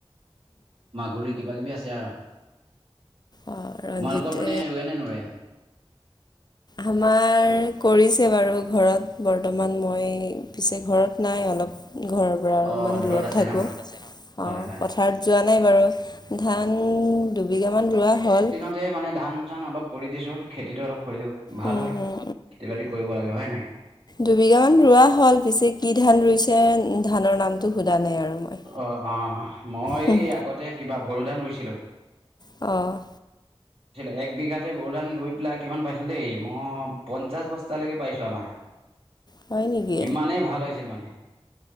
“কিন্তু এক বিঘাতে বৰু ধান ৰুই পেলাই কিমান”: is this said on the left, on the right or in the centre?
Right